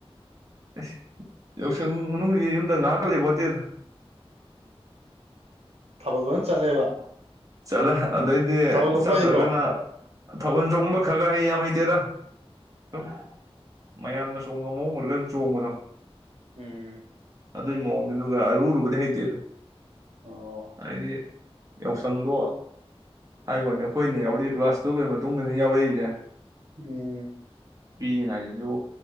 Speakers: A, on the right; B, on the right.
A: ꯑꯁ ꯌꯥꯎꯁꯪ ꯃꯅꯨꯡꯁꯤ ꯌꯨꯝꯗ ꯉꯥꯏꯍꯥꯛꯀ ꯂꯩꯄꯣꯠꯇꯦꯗ
B: ꯊꯥꯕꯜ ꯐꯅ ꯆꯠꯂꯦꯕ
A: ꯆꯠꯂꯦ ꯑꯗꯩꯗꯤ
B: ꯊꯥꯕꯜ ꯆꯣꯡꯕ
A: ꯆꯠꯇ꯭ꯔꯒꯅ
B: ꯍꯩꯕ꯭ꯔꯣ
A: ꯊꯥꯕꯜ ꯆꯣꯡꯕ ꯈꯔ ꯈ ꯍꯩ ꯌꯥꯝ ꯍꯩꯇꯦꯗ ꯁꯨꯝ ꯃꯌꯥꯝꯅ ꯆꯣꯡꯕ ꯃꯑꯣꯡ ꯎꯔꯒ ꯑꯗꯨꯝ ꯆꯣꯡꯕꯗꯣ
B: ꯎꯝ
A: ꯑꯗꯨꯒꯤ ꯃꯑꯣꯡꯅꯦ ꯑꯗꯨꯒ ꯑꯔꯨꯑꯔꯨꯕꯗꯤ ꯍꯩꯇꯦꯗ
B: ꯑꯣ
A: ꯍꯥꯏꯗꯤ ꯌꯥꯎꯁ ꯁꯪꯗꯣ ꯍꯥꯏꯕ꯭ꯋꯥꯅꯦ ꯑꯩꯈꯣꯏꯅ ꯌꯥꯎꯔꯛꯏꯁꯦ ꯀ꯭ꯂꯥꯁ ꯇꯨꯌꯦꯜꯞꯒꯤ ꯃꯇꯨꯡꯗꯅꯤ ꯌꯥꯎꯔꯛꯏꯁꯦ
B: ꯎꯝ
A: ꯄꯤꯛꯏꯉꯥꯏꯗꯁꯨ